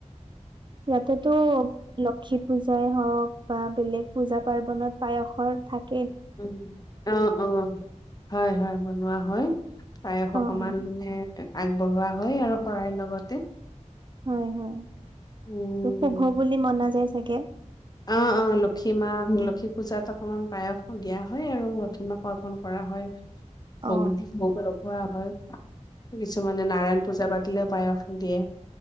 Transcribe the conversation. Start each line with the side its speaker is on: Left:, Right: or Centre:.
Right: ইয়াতেতো, লক্ষী পূজ জাই হওঁক বা বেলেগ পূজা-পাৰ্বনত পায়সৰ থাক
Left: উ, অ', অ', হয়, হয় বনোৱা হয়। পায়স
Right: অ
Left: অকমানে
Right: অ
Left: আগবঢ়োৱা হয় আৰু শৰাইৰ লগতে।
Right: হয়, হয়।
Left: উম।
Right: শুভ বুলি মনা যাই একে।
Left: অ', লক্ষীমা, লক্ষী পূজাত অকমান পায়স দিয়া হয় আৰু লক্ষীমাক অৰ্পন কৰা হয়।
Right: অ
Left: সৰ্বদিশ ম'বাইলৰ পৰা হয়। কিছুমানে নাৰায়ণ পূজা পাতিলেও পায়স দিয়ে।